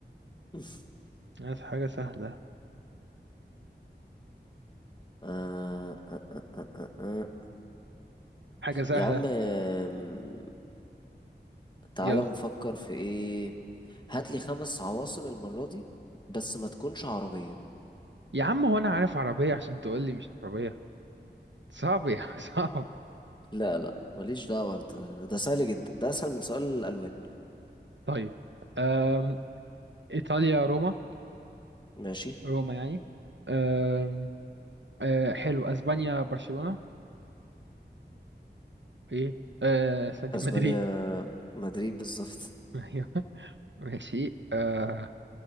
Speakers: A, on the left; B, on the right.
A: <laughs>
B: عايز حاجة سهلة
A: آه، آه، آه، آه، آه، آه.
B: حاجة سهلة
A: يا عم آم، تعالى
B: يلا
A: نفكر في ايه هات لي خمس عواصم المره دي بس ما تكونش عربيه
B: يا عم هو انا عارف عربية عشان تقول لي مش عربية صعب يا <laughs> صعب
A: لا لا ماليش دعوه انت ده سهل جدا ده اسهل من سؤال الالوان
B: طيب أم... ايطاليا روما
A: ماشي
B: روما يعني أم... أه حلو اسبانيا برشلونة ايه أه... ثانية
A: اسبانيا
B: مدريد
A: مدريد بالظبط
B: <laughs> ايوه ماشي اه